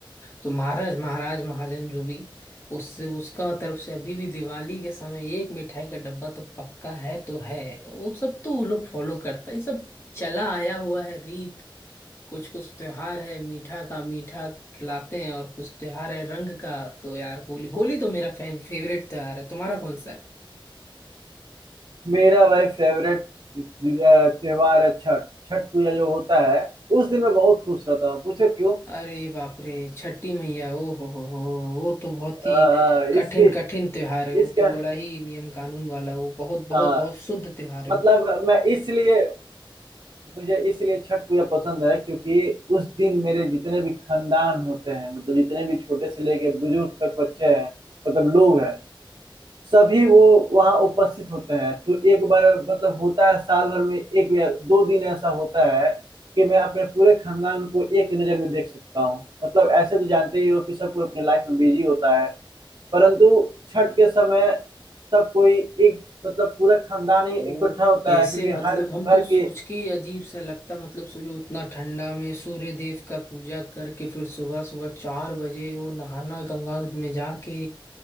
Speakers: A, on the left; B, on the right.
A: तो महाराज महाराज महाजन जो भी उससे उसका तरफ से अभी भी दिवाली के समय एक मिठाई का डब्बा तो पक्का है तो है वो सब तो वो लोग फॉलो करता है ये सब चला आया हुआ है रीत कुछ कुछ त्योहार है मीठा का मीठा खिलाते हैं और कुछ त्योहार है रंग का तो यार होली होली तो मेरा फे, फेवरेट त्योहार है तुम्हारा कौन सा है
B: मेरा भाई फेवरेट त्योहार है छठ छठ पूजा जो होता है उस दिन मैं बहुत खुश रहता हूँ पूछो क्यों
A: अरे बाप रे छठी मैया ओ हो हो हो वो तो बहुत
B: अ,
A: ही कठिन
B: इसकी
A: कठिन त्योहार है वो
B: इसका
A: तो बड़ा ही नियम कानून वाला वो बहुत बहुत
B: हाँ
A: बहुत शुद्ध त्योहार है
B: मतलब मैं इसलिए मुझे इसलिए छठ पूजा पसंद है क्योंकि उस दिन मेरे जितने भी खानदान होते हैं मतलब जितने भी छोटे से लेके बुजुर्ग तक बच्चे हैं मतलब लोग हैं सभी वो वहाँ उपस्थित होते हैं तो एक बार मतलब होता है साल भर में एक या दो दिन ऐसा होता है कि मैं अपने पूरे खानदान को एक नज़र में देख सकता हूँ मतलब ऐसे तो जानते ही हो कि सब कोई अपने लाइफ में बिजी होता है परंतु छठ के समय सब कोई एक मतलब पूरा खानदान ही इकट्ठा
A: वो
B: होता
A: कैसे
B: है क्योंकि
A: मतलब
B: हर घर
A: हम तो सोच
B: के
A: के ही अजीब सा लगता मतलब सोचो उतना ठंडा में सूर्य देव का पूजा करके फिर सुबह सुबह चार बजे वो नहाना गंगा में जाके